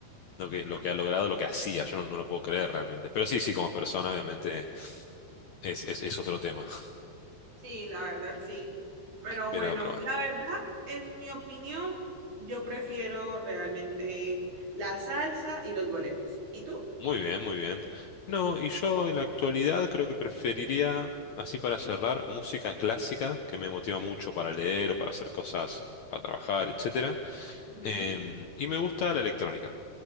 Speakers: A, on the left; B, on the right.
A: lo que, lo que ha logrado, lo que hacía. Yo no, no lo puedo creer realmente. Pero sí, sí, como persona, obviamente, es, es, es otro tema.
B: Sí, la verdad, sí.
A: <laughs>
B: Pero
A: Pero,
B: bueno,
A: pero bueno.
B: la verdad, en mi opinión, yo prefiero realmente la salsa y los boleros. ¿Y tú?
A: Muy bien, muy bien. No, y yo en la actualidad creo que preferiría, así para cerrar, música clásica, que me motiva mucho para leer o para hacer cosas, para trabajar, etcétera.
B: Mm,
A: Em, y me gusta la electrónica,